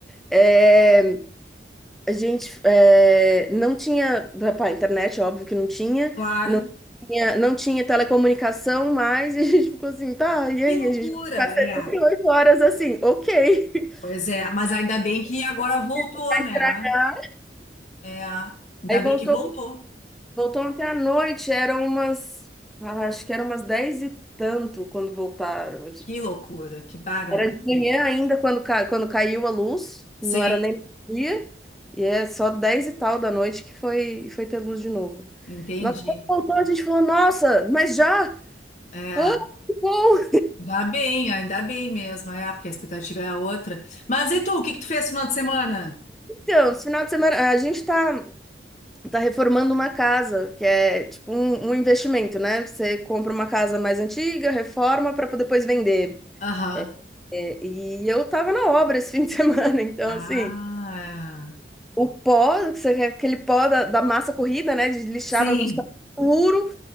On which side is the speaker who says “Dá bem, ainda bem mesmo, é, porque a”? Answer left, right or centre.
Left